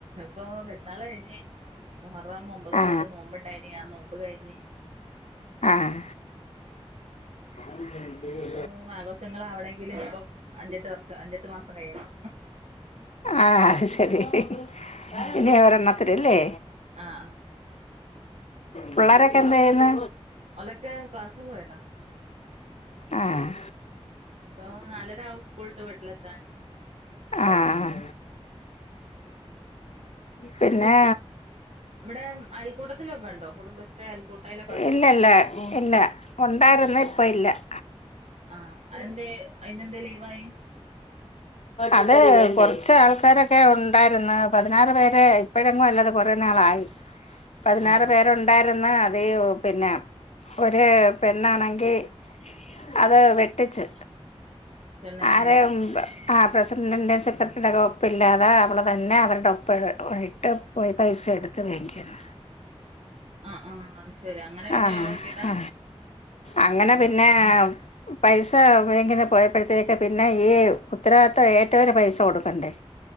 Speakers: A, on the right (about 80°); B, on the left (about 85°).
A: ഇപ്പൊ പെരുന്നാള യ്ഞ്ഞ്. മുഹറം ഒമ്പതും
B: ആ
A: പത്തും നോമ്പ്ണ്ടായീനി ആ നോമ്പ് കഴിഞ്ഞ്.
B: ആഹ്. ഞ <inaudible>
A: ഇപ്പം ആഘോഷങ്ങളാവണെങ്കില് ഇപ്പം അഞ്ചെട്ട് വർഷം അഞ്ചെട്ട് മാസം കയണം.
B: ആ അഹ് ശെരി <unintelligible>
A: ആഹ്
B: ഇല്ലേ?
A: ആഹ്.
B: പിള്ളേരൊക്കെ എന്തയ്യ്ന്ന്?
A: ഓലൊക്കെ ക്ലാസ്സിന് പോയതാ
B: ആഹ്.
A: ഇപ്പോ നാലരാവും സ്കൂൾട്ട് വീട്ടിലെത്താന്.
B: ആഹ്. പിന്നെ?
A: ഇവിടെ അയൽക്കൂട്ടത്തിലൊക്കെ ഉണ്ടോ കുടുംബശ്രീ അയൽക്കൂട്ടയിലൊക്കെ ഉണ്ടോ
B: ഇല്ലല്ല ഇല്ല ഉണ്ടായിര്ന്ന് ഇപ്പല്ല. <inaudible>
A: ആഹ് അഹെന്തേ അയിന്നെന്തേ ലീവായി?
B: അത് കൊർച്ചാൾക്കാരൊക്കെ ഉണ്ടായിരുന്നു പതിനാറ് പേരെ ഇപ്പഴങ്ങും അല്ലാ അത്‌ കുറേ നാളായി പതിനാറ്
A: ആഹ് ആഹ്
B: പേരു ഉണ്ടായിരുന്നു അത് ഒ പിന്നെ ഒരു പെണ്ണാണെങ്കി അത് വെട്ടിച്ച്
A: തന്നെ
B: അത്
A: ഏഹ്
B: ആ പ്രസിഡന്റിന്റെ സെക്രട്ടറിന്റെ ഒക്കെ ഒപ്പ് ഇല്ലാതെ അവള് തന്നെ അവര്ടെ ഒപ്പം ഒഴി എപ്പോയി പൈസ എട്ത്ത് <unintelligible>
A: ആഹ് ആഹ് അത് ശരി അങ്ങനെ പിന്നെ
B: ആഹ്
A: ഒഴിവാക്കിയതാ
B: ആ അങ്ങനെ
A: ആഹ്
B: പിന്നെ
A: ആഹ്
B: പൈസ ബെങ്കിന്ന് പോയപ്പോഴത്തേക്ക് പിന്നെ ഈ ഉത്തരവാദിത്തം ഏറ്റവര് പൈസ കൊടുക്കണ്ടേ?